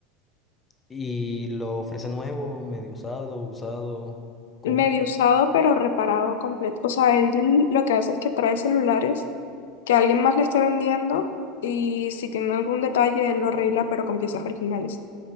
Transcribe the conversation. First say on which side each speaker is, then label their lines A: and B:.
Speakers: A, on the left; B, on the left.
A: y lo ofrece nuevo, medio usado, usado, ¿cómo?
B: medio usado pero reparado completo. O sea, él lo que hace es que trae celulares que alguien más le está vendiendo y si tiene algún detalle él lo arregla pero con piezas originales.